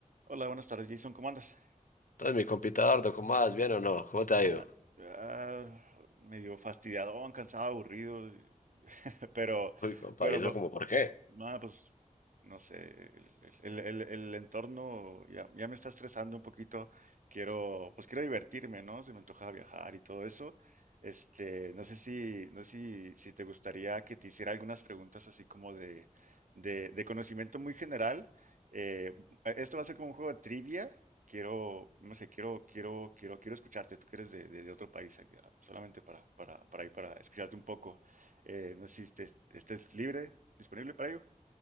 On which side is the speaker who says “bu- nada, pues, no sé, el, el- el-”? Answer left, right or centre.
Right